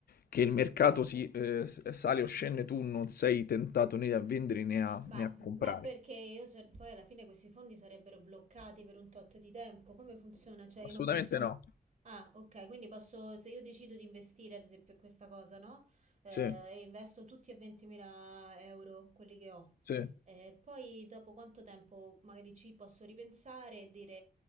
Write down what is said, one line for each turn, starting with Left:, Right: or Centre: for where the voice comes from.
Left: che il mercato si eh, s- sale o scende, tu non sei tentato né a vendere né a,
Right: Ma,
Left: né a
Right: ma
Left: comprare.
Right: perché io so- poi alla fine questi fondi sarebbero bloccati per un tot di tempo? Come funziona? Cioè, io
Left: Assolutamente
Right: non posso.
Left: no.
Right: Ah, ok, quindi posso, se io decido di investire ad esempio in questa cosa, no? Eh,
Left: Sì,
Right: e investo tutti e 20.000 euro quelli che ho.
Left: sì.
Right: Eh, poi dopo quanto tempo magari ci posso ripensare e dire